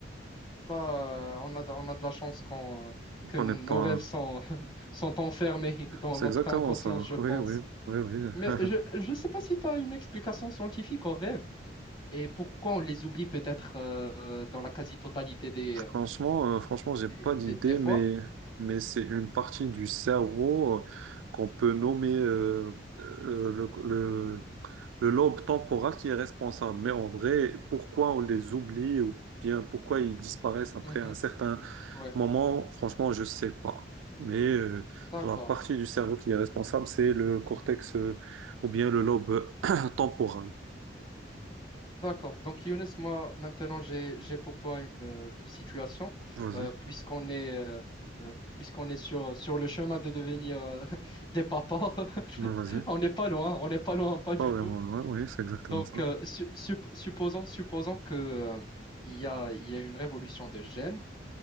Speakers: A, on the left; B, on the right.
A: Bah, euh, on a, de- on a de la chance qu'on, euh, que
B: on
A: nos
B: n'est pas.
A: rêves sont, <laughs> sont enfermés dans
B: C'est
A: notre
B: exactement
A: inconscience,
B: ça.
A: je pense.
B: Oui, oui, oui, oui.
A: Mais je ne sais pas si tu as une explication scientifique aux rêves. Et pourquoi on les oublie peut-être euh, dans la quasi-totalité des,
B: Franchement,
A: euh,
B: euh, franchement, j'ai pas
A: des,
B: d'idée,
A: des- des fois?
B: mais, mais c'est une partie du cerveau euh, qu'on peut nommer euh, euh, le, le, le lobe temporal qui est responsable. Mais en vrai, pourquoi on les oublie ou bien pourquoi ils disparaissent après
A: Mhm.
B: un certain
A: Ouais,
B: moment, franchement, je sais pas. Mais euh,
A: d'accord.
B: dans la partie du cerveau qui est responsable, c'est le cortex euh, ou bien le lobe <coughs> <clears throat> temporal.
A: D'accord. Donc, Younes, moi, maintenant, j'ai, j'ai pour toi une, euh, une situation,
B: Vas-y.
A: euh, puisqu'on est, euh, euh, puisqu'on est sur, sur le chemin de devenir euh, <laughs> des papas.
B: Non, vas-y.
A: <laughs> On n'est pas loin, on n'est pas loin, pas du
B: pas vraiment
A: tout.
B: moi, ouais, oui, c'est exactement
A: Donc,
B: ça.
A: euh, su- sup- supposons, supposons que, euh, il y a, il y a une révolution de gènes